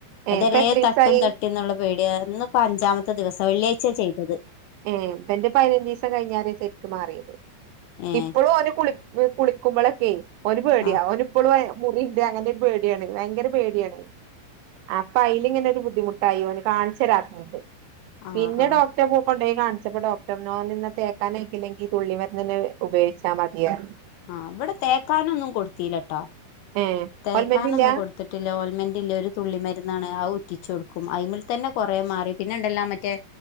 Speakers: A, on the right; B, on the left.
A: ഏ
B: അതരേ
A: ഇപ്പ എത്രീസായി
B: തട്ടും തട്ടിന്നൊള്ള പേടിയാ. ഇന്ന് പ്പ അഞ്ചാമത്തെ ദിവസം. വെള്ളിയാഴ്ച്ചെ ചെയ്തത്.
A: ഏഹ്. ബെന്റെ പയിനഞ്ചീസം കഴിഞ്ഞാരെ സെര്ക്കും മാർയേത്.
B: ഏഹ്
A: ഇപ്പൊളും ഓന് കുളി വ്. കുളിക്കുമ്പളെക്കേ ഓന് പേടിയാ.
B: ആഹ്
A: ഓന് പ്പളും അയ മുറിണ്ട് അങ്ങൻത്തെ ര് പേടിയാണ്. വയങ്കര പേടിയാണേ അപ്പ അയില് ങ്ങനെര് ബുദ്ധിമുട്ടായി. ഓന് കാൺച്ചരാ ത്തോണ്ട്.
B: ആഹ്
A: പിന്നെ
B: ആഹ്
A: ഡോക്ടറെന്നു ക്കൊണ്ടോയ് കാണ്ച്ചപ്പൊ ഡോക്ടർഞ്ഞു ന്നന്നാ തേക്കാനയിക്ക് ല്ലെങ്കി തുള്ളി മര്ന്നെന്നെ ഉപയോയിച്ചാ മതീ <unintelligible>
B: ആഹ്. വടെ തേക്കാനൊന്നും കൊട്ത്തിലട്ടോ.
A: ഏ
B: തേക്കാനൊന്നും
A: ഓൽമെന്റില്ല
B: കൊട് ട്ത്ട്ടില്ല. ഓൽമെൻ്റ ല്ല്യ. ഒര് തുള്ളി മര്ന്നാണ്. അഹ് ഉറ്റിച്ചൊട്ക്കും. അയിമ്മെൽ തന്നെ കൊറേ മാറി. പിന്നെണ്ടല്ലോ മറ്റേ